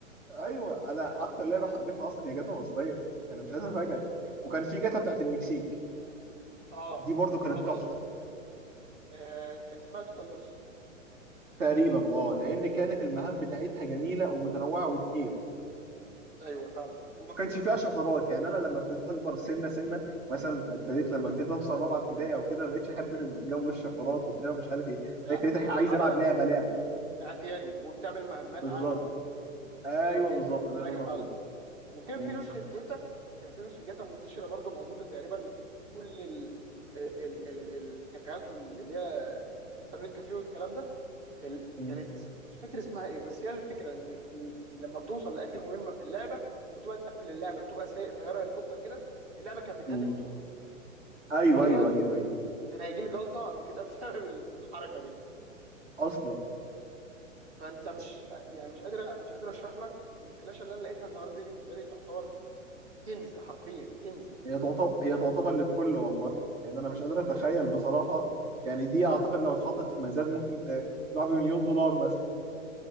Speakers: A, on the right (about 70°); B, on the right (about 55°).
A: ايوه انا اكتر لعبة حبيتها اصلا هي جاتا مصرية يعني مش عايز افاجئك وكان في جاتا بتاعت المكسيك
B: اه
A: دي برضو كانت
B: اه
A: تحفة
B: برضه آه كان اسمها توتال لوس
A: تقريبا اه لان كانت المهام بتاعتها جميلة ومتنوعة وكتير
B: ايوه فعلا
A: وما كانش فيها شفرات
B: انا
A: يعني انا لما ابتديت اكبر سنه سنه مثلا ابتديت لما ابتديت اوصل رابعه ابتدائي او كده ما بقتش احب جو الشفرات وبتاع مش عارف ايه
B: لا
A: لا، ابتديت أح- عايز
B: بتلعبها
A: العب لعبه لعبه
B: اعتيادي وبتعمل مهمات
A: بالظبط
B: عادي و...
A: ايوه
B: ايوه كانت
A: بالظبط
B: احسن
A: ده
B: حاجه
A: اللي انا
B: فعلا
A: اقصده
B: وكان
A: مم.
B: في نسخه جاتا كان في نسخه جاتا منتشره برضو موجوده تقريبا في كل ال... ال... ال... ال- الكافيهات وال- اللي هي انترنت كافيه والكلام ده ال...
A: مم.
B: كانت اس... مش فاكر اسمها ايه بس هي الفكره ان ال... لما بتوصل لاخر مهمه في اللعبه وتبقى تقفل اللعبه بتبقى سايق طياره هليكوبتر كده اللعبه كانت بتهنج
A: مم.
B: وتخرج
A: ايوه
B: يعني عاوز
A: ايوه
B: اقول لك
A: ايوه
B: كان
A: ايوه
B: كان هيجي لي جلطه قبل كده <laughs> بسبب الحركه دي
A: اصلا
B: فانت مش يعني مش قادر مش قادر اشرح لك الفلاشه اللي انا لقيتها النهارده دي بالنسبه لي تعتبر كنز حرفيا كنز
A: هي تعتبر هي تعتبر للكل والله يعني انا مش قادر اتخيل
B: يعني
A: بصراحه يعني دي اعتقد لو اتحطت في ميزان ممكن ت- تباع بمليون دولار مثلا